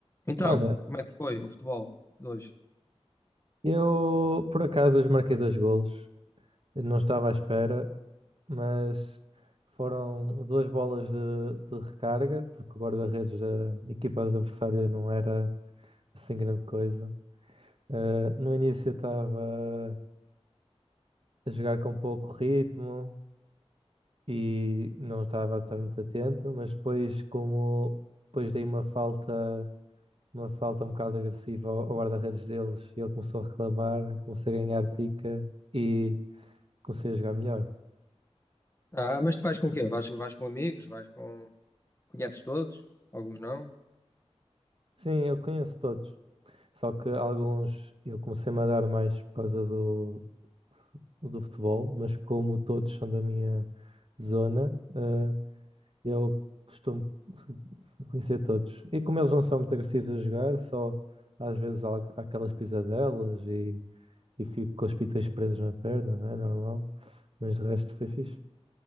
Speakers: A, on the left; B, on the right.
A: Então,
B: Olha,
A: como é que foi o futebol de hoje?
B: eu por acaso hoje marquei dois golos, Eu não estava à espera, mas foram duas bolas de, de recarga, porque o guarda-redes da equipa adversária não era assim grande coisa. Eh, no início eu estava a jogar com pouco ritmo e não estava a estar muito atento, mas depois como depois dei uma falta, uma falta um bocado agressiva ao ao guarda-redes deles, e ele começou a reclamar, comecei a ganhar pica e comecei a jogar melhor.
A: Ah, mas tu vais com quê? Vais, vais com amigos? Vais com. Conheces todos? Alguns não?
B: Sim, eu conheço todos. Só que alguns eu comecei-me a dar mais por causa do, do futebol, mas como todos são da minha zona, eh, eu costumo conhecer todos. E como eles não são muito agressivos a jogar, só às vezes há, há aquelas pisadelas e, e fico com os pitões presos na perna, não é normal? Mas de resto foi fixe.